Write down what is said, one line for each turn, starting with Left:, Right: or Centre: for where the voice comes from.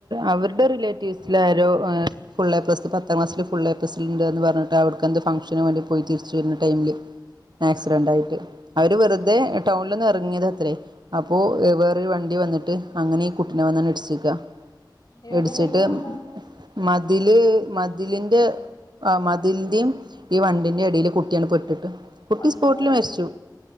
Right: അവര്ടെ റിലേറ്റീവ്സിലാരോ ഫുള്ളേ പ്ലസ് പത്ത് പത്താം ക്ലാസില് ഫുള്ളേ പ്ലസ്ണ്ട്ന്ന് പർഞ്ഞ്ട്ട് അവ്ട്ക്കെന്തോ ഫങ്ഷന് വേണ്ടി പോയി തിരിച്ച് വര്ന്ന ടൈമില് ആക്സിഡന്റായിട്ട് അവര് വെറ്തെ
Left: അയ്യോ
Right: ടൗണിലൊന്ന് എറങ്ങിയതാത്രേ അപ്പോ എഹ് വേ ഒര് വണ്ടി വന്ന്ട്ട് അങ്ങനെ ഈ കുട്ടിനെ വന്നാണ്ട് ഇട്ച്ച്ക്ക
Left: അയ്യോ
Right: ഇടിച്ചിട്ട്
Left: എന്നിട്ട് എങ്ങനുണ്ട്
Right: മതില് മതിലിന്റെ അഹ് മതിലിന്റിം ഈ വണ്ടിൻ്റെം എടീല് കു ട്ടിയാണ്ട് പെട്ടിട്ട് കുട്ടി
Left: അയ്യോ
Right: സ്പോട്ടിൽ മരിച്ചു